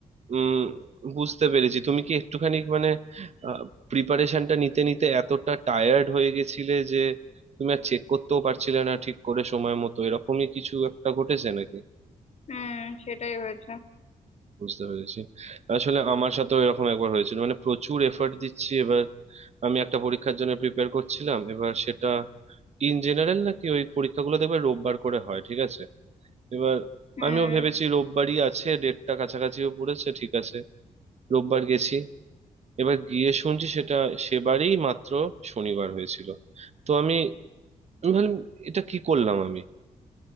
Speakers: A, on the right; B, on the left.
A: উম বুঝতে পেরেছি তুমি কি একটুখানি মানে প্রিপারেশনটা নিতে নিতে এতটা টায়ার্ড হয়ে গেছিলে যে তুমি আর চেক করতেও পারছিলে না ঠিক করে সময় মতো এরকমই কিছু একটা ঘটেছে নাকি
B: হুম সেটাই হয়েছে
A: বুঝতে পেরেছি আসলে আমার সাথেও এরকম একবার হয়েছিল মানে প্রচুর এফর্ট দিচ্ছি এবার আমি একটা পরীক্ষার জন্য প্রিপেয়ার করছিলাম এবার সেটা ইন জেনারেল নাকি ওই পরীক্ষাগুলো দেখবে রোববার করে হয় ঠিক আছে এবার
B: হুম
A: আমিও ভেবেছি রোববারই আছে ডেটটা কাছাকাছিও পড়েছে ঠিক আছে রোববার গেছি এবার গিয়ে শুনছি সেটা সেবারেই মাত্র শনিবার হয়েছিল তো আমি আমি ভাবলাম এটা কি করলাম আমি